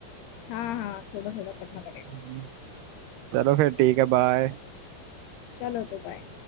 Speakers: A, on the left; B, on the right.
A: हाँ हाँ थोड़ा थोड़ा पढ़ना
B: हम्म,
A: पड़ेगा
B: चलो फिर ठीक है बाय
A: चलो तो बाय